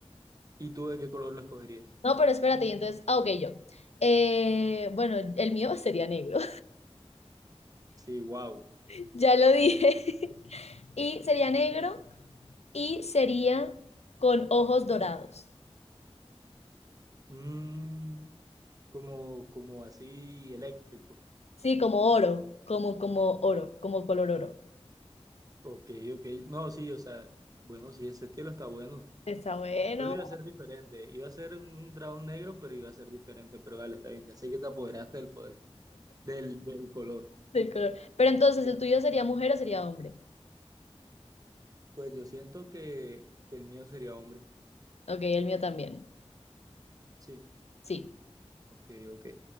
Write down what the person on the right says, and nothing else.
¿Y tú de qué color lo escogerías?
Sí, wow.
Mm, como, como así eléctrico.
Ok, ok. No, sí, o sea, bueno, sí, ese estilo está bueno.
Yo lo iba a hacer diferente. Iba a ser un dragón negro, pero iba a ser diferente. Pero vale, está bien. Ya sé que te apoderaste del poder, del, del color.
Pues yo siento que, que el mío sería hombre.
Sí.
Ok, ok.